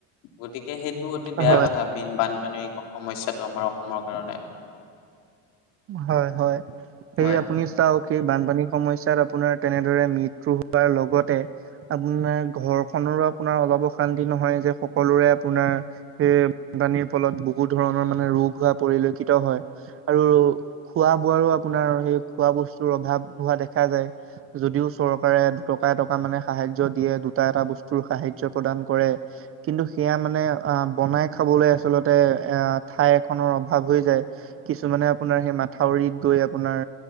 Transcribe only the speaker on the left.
গতিকে সেইটো অতি
বেয়া কথা। বানপানীৰ সমস্যাটো আমাৰ অসমৰ কাৰণে
হয়